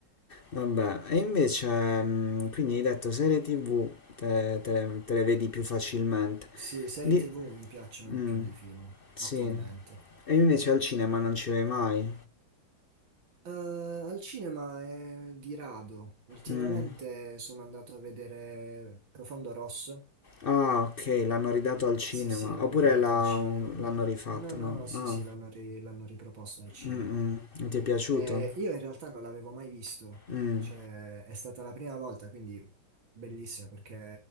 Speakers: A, on the left (about 65°); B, on the right (about 75°).
A: vabbè. E invece, mm, quindi hai detto serie TV te, te le, te le vedi più facilmente.
B: Sì, serie
A: Di-
B: TV mi piacciono di
A: mm,
B: più di film
A: sì,
B: attualmente.
A: e invece al cinema non ci vai mai.
B: Eh, al cinema è di rado. Ultimamente
A: Mm.
B: sono andato a vedere Profondo Rosso.
A: Ah, ok, l'hanno ridato al cinema,
B: Sì, sì, l'hanno
A: oppure
B: ridato
A: la-
B: al cinema.
A: l'hanno rifatto,
B: No, no,
A: no?
B: no, sì,
A: Ah,
B: sì, l'hanno ri- l'hanno riproposto al cinema.
A: mm, mm. Non ti è piaciuto?
B: Eh, io in realtà non l'avevo mai visto,
A: Mm.
B: cioè è stata la prima volta, quindi bellissima perché